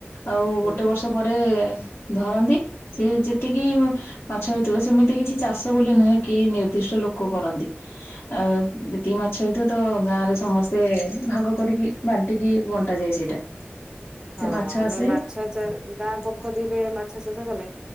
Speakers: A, on the left; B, on the right.
A: ଆଉ
B: ହୁଁ।
A: ଗୋଟେ ବର୍ଷ ପରେ ଧରନ୍ତି ସେ ଯେତିକି ମ ମାଛ ହେଇଥିବ ସେମିତି କିଛି ଚାଷ ବୋଲି ନୁହେଁ କି ନିର୍ଦ୍ଦିଷ୍ଟ ଲୋକ କରନ୍ତି। ଆ ଯେତିକି ମାଛ ହେଇଥିବ ତ ଗାଁ ରେ ସମସ୍ତେ ଭାଗ କରିକି ବାଣ୍ଟିକି ବଣ୍ଟାଯାଏ ସେଇଟା। ସେ
B: ହଁ
A: ମାଛ ଆସେ
B: ନାଇଁ ମାଛ ଚା ଗାଁ ପୋ ପୋଖରୀରେ ମାଛ ଚାଷ କଲେ